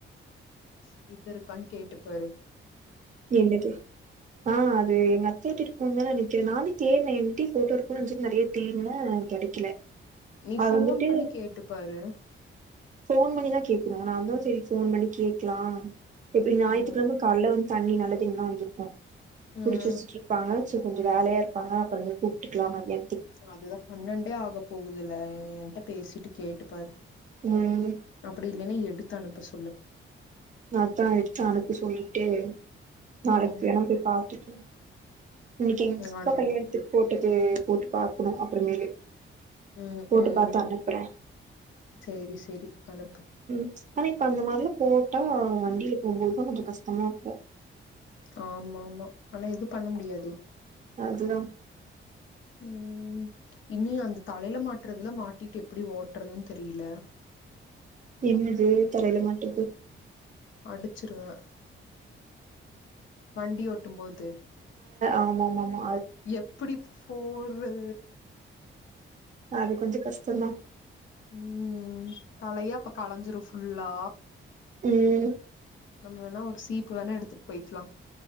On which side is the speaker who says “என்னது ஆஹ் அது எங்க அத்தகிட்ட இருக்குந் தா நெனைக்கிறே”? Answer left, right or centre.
Right